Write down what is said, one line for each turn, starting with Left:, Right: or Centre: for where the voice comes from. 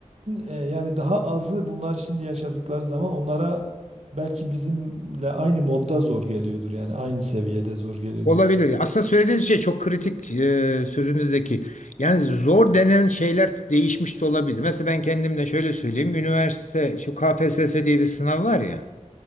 Right: e, yani daha azı bunlar şimdi yaşadıkları zaman onlara belki bizimle aynı modda zor geliyordur. Yani aynı seviyede zor geliyordur.
Left: Olabilir. Aslında söylediğiniz şey çok kritik e, sözünüzdeki. Yani zor denen şeyler değişmiş de olabilir. Mesela ben kendimle şöyle söyleyeyim. Üniversite şu KPSS diye bir sınav var ya.